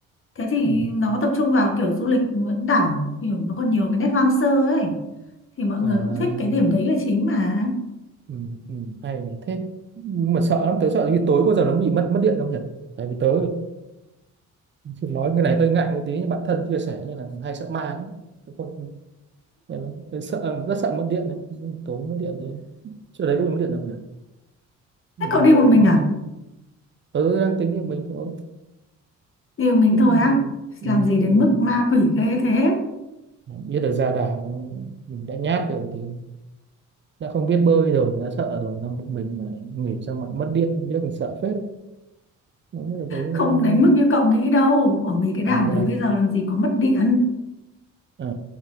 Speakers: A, on the left (about 45°); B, on the right (about 40°).
A: thế thì
B: ừ.
A: nó tập trung vào kiểu du lịch vẫn đảo kiểu nó còn nhiều cái nét hoang sơ ấy thì mọi người
B: à,
A: cũng thích cái điểm đấy là chính mà
B: ừ, ừ, hay là thế nhưng mà sợ lắm tớ sợ vì tối có giờ nó bị mất mất điện không nhỉ tại vì tớ Chị nói cái này hơi ngại một tí nhưng bạn thân chia sẻ như là hay sợ ma lắm. Cái Con nên là sợ ờ, rất sợ mất điện đấy. Tối mất điện rồi. Chỗ đấy có bị mất điện đâu nhỉ? Đi
A: thế cậu đi
B: đâu
A: một
B: cũng
A: mình
B: thôi.
A: à
B: Ừ đang tính thì mình thôi.
A: đi một mình
B: Thích
A: thôi
B: mình,
A: á
B: ừ,
A: làm gì đến
B: mình
A: mức
B: thôi.
A: ma quỷ ghê thế
B: biết được ra đảo mình đã nhát rồi thì đã không biết bơi rồi đã sợ rồi xong một mình mà nghỉ xong lại mất điện biết mình sợ phết đấy. Không biết được đấy nó
A: không
B: có
A: đến mức như cậu nghĩ đâu ở mấy cái
B: à,
A: đảo
B: ra,
A: đấy bây giờ làm gì có mất điện
B: Ờ.